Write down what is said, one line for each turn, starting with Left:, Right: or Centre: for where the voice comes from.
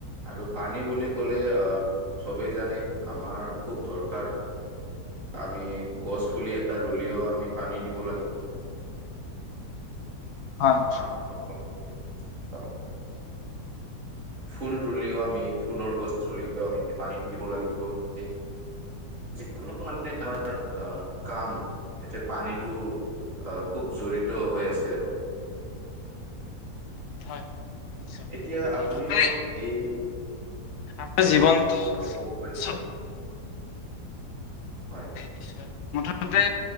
Right: আৰু পানী বুলি ক'লে, আ চবেই জানে আমাৰ খুব দৰকাৰ। আমি গছ-পুলি এটা ৰুলেও আমি পানী দিব লাগিব।
Left: হয়।
Right: ডাঙৰ হ'ব, <inaudible> ফুল ৰুলেও আমি, ফুলৰ গছ ৰুলেও আমি, পানী দিব লাগিবই। যিকোনো মানে আমাৰ আহ, কাম এয়া পানীটো অহ, খুব জড়িত হৈ আছে আৰু।
Left: হয়, হয় নিশ্চয়।
Right: এতিয়া আপুনিও
Left: মুঠতে
Right: এই
Left: আমাৰ জীৱনটো
Right: বিষয়ে অলপ ক'ব পাৰিব
Left: চ
Right: নেকি হয়।
Left: নিশ্চয়। মুঠতে